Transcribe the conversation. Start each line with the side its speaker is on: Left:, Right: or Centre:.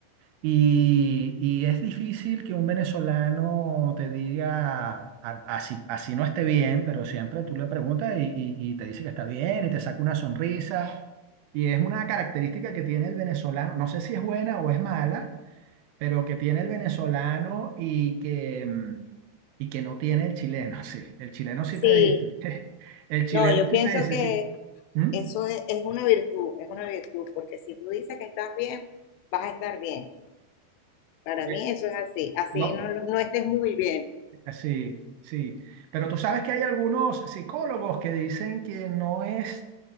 Right: Y, y es difícil que un venezolano te diga, a- así, así no esté bien, pero siempre tú le preguntas y, y- y te dice que está bien y te saca una sonrisa. Y es una característica que tiene el venezolano, no sé si es buena o es mala, pero que tiene el venezolano y que, mm, y que no tiene el chileno, <laughs> sí. El chileno sí
Left: Sí,
Right: te dice, <laughs> el chileno
Left: no, yo
Right: sí
Left: pienso
Right: te dice,
Left: que
Right: sí. ¿Mm?
Left: eso es, es una virtud, es una virtud, porque si tú dices que estás bien, vas a estar bien. Para
Right: Sí.
Left: mí eso es así, así
Right: Lo-
Left: no, lo- no estés muy bien.
Right: Sí, sí. Pero tú sabes que hay algunos psicólogos que dicen que no es,